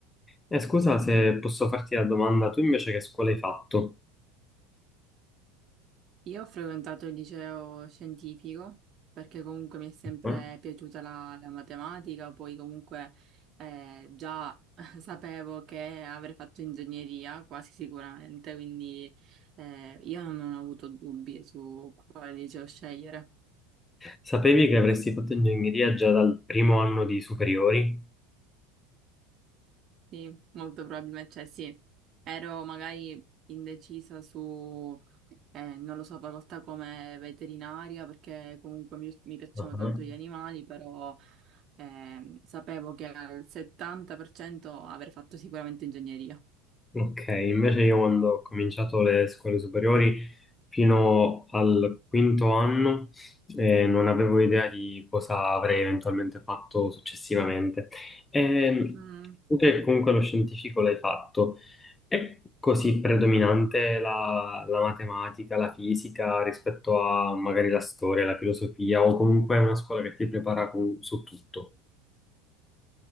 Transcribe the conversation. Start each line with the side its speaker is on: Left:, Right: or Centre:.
Left: Eh, scusa se posso farti la domanda, tu invece che scuola hai fatto?
Right: Io ho frequentato il liceo scientifico perché comunque mi è sempre
Left: Ah.
Right: piaciuta la, la matematica, poi comunque eh, già <laughs> sapevo che avrei fatto ingegneria quasi sicuramente, quindi eh, io non ho avuto dubbi su quale liceo scegliere.
Left: Sapevi che avresti fatto ingegneria già dal primo anno di superiori?
Right: Sì, molto probabilmente, cioè sì, ero magari indecisa su, eh, non lo so, facoltà come veterinaria, perché comunque mi, mi piacciono
Left: Ah.
Right: tanto gli animali, però ehm, sapevo che al 70% avrei fatto sicuramente ingegneria.
Left: Ok, invece io quando ho cominciato le scuole superiori Fino al quinto anno eh, non avevo idea di cosa avrei eventualmente fatto successivamente. Ehm,
Right: Mm.
Left: tu che comunque lo scientifico l'hai fatto, è così predominante la, la matematica, la fisica rispetto a magari la storia, la filosofia o comunque è una scuola che ti prepara con- su tutto?